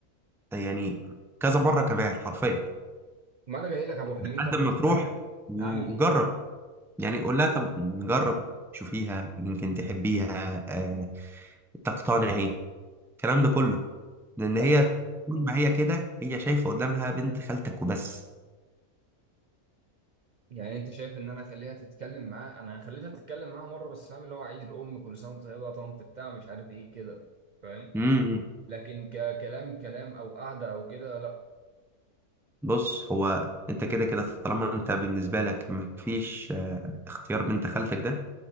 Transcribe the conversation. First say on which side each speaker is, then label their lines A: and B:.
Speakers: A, in the centre; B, on the right.
A: يعني كذا مرة كمان حرفيا
B: ما انا جاي لك يا ابو حميد
A: لحد
B: انا
A: ما
B: مش
A: تروح
B: عارف
A: وجرب
B: اعمل ايه
A: يعني قول لها طب نجرب شوفيها يمكن تحبيها آه، تقتنعي الكلام ده كله لان
B: خليت
A: هي طول ما هي كده هي شايفه قدامها بنت خالتك وبس
B: يعني انت شايف ان انا اخليها تتكلم معاه انا خليتها تتكلم معاه مرة بس فاهم اللي هو عيد الام كل سنة وانت طيبة يا طنط بتاع مش عارف ايه كده فاهم
A: امم
B: لكن ككلام كلام او قعدة او كده لا
A: بص هو انت كده كده طالما انت بالنسبه لك مفيش آه، اختيار بنت خالتك ده